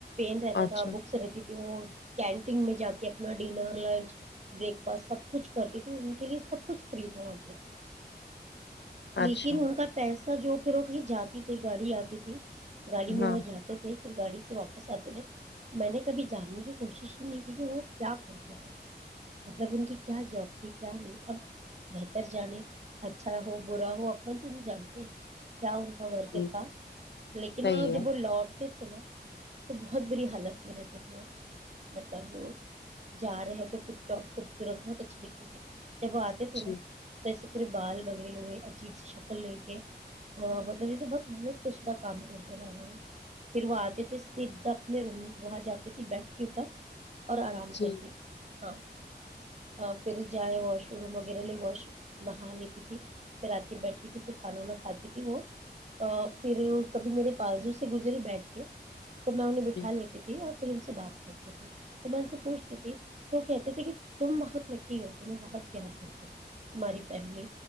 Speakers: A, on the right; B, on the left.
A: رہتا
B: اچھا
A: تھا بکس رہتی وہ کینٹین میں جا کے اپنا ڈنر لنچ بریک فاسٹ سب کچھ کرتی تھی ان کے لیے سب کچھ فری تھا وہاں پہ
B: اچھا
A: لیکن ان کا پیسہ ر جو پھر وہ کہیں جاتی تھی گاڑی آتی تھی گاڑی میں
B: ہاں
A: وہ جاتے تھے گای سے واپس آ تھے میں نے کبھی جاننے کی کوشش ہی نہیں کی کہ وہ کیا کرتے تھے مطلب ان کی کیا جاب تھی کیا نہیں اب بہتر جانے اچھا ہو برا ہو اپنا تو نہیں جانتے کیا ان کا ورک
B: جی
A: تھا لیکن
B: صحیح
A: ہاں جب
B: ہے
A: وہ لوٹ کتک نا تو بہت بری حالت میں رہتے تھے وہ مطلب وہ جا رہے تو ٹپ ٹاپ خوبصورت بہت اچھے دکھتے تھےے جب وہ آتے تھے
B: جی
A: نا توسے پے بال بگڑے ہوئے اجیب سی شکل لے کے مطلب یہے بہت محنت کے شدا کام کر کر آے ہو پھر وہ آتے تھے سدا اپنے روم میں وہاں جاتی تھی بیڈ کے اوپر اور آرام
B: جی
A: کرتی تھی ہاں ہاں پھر جائے واش روم وغیرہ لے واش نہا لیتی تھی پھر آ کے بیٹھھی تھی پھر کھانا وانا کھاتی تھی وہ پھر کبھی میرے پازو سے گزرے بیٹھ کے تو میں انہیں بٹھا
B: جی
A: لیتی تھی اور پھر ان سے بات کرتے تے تو ان سے پوچھتی تھی تو وہ کہتے تھے کہ تم بہت لکی ہو تمہیں بہت پیار کرتے ہو تمہاری فیملی